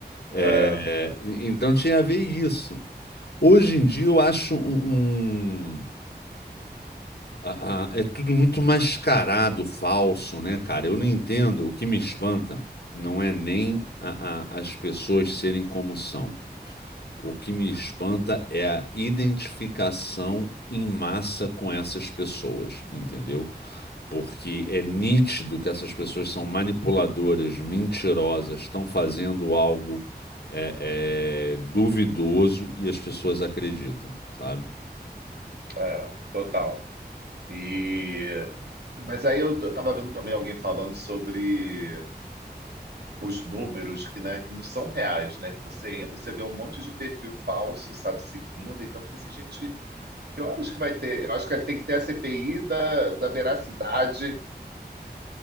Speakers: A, on the left; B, on the right.
A: É,
B: É,
A: e- então tinha a ver isso. Hoje em dia eu acho um, um- a- a- é tudo muito mascarado, falso, né, cara? Eu não entendo. O que me espanta não é nem a- a- as pessoas serem como são. O que me espanta é a identificação em massa com essas pessoas, entendeu? Porque é nítido que essas pessoas são manipuladoras, mentirosas, estão fazendo algo é, é, duvidoso e as pessoas acreditam, sabe?
B: é, total. E, mas aí eu t- eu tava vendo também alguém falando sobre os números que, né, que não são reais, né? Que você entra, você vê um monte de perfil falso, sabe, seguindo. Então fica assim, gente, que horas que vai ter? Eu acho que tem que ter a CPI da, da veracidade